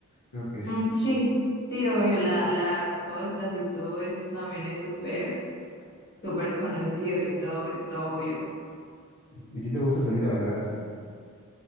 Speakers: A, on the left; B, on the left.
A: Creo que es...
B: Mm, sí, sí, obvio, la- las costas y todo esto también es súper, súper conocido y todo esto, obvio.
A: ¿Y a ti te gusta salir a bailar así?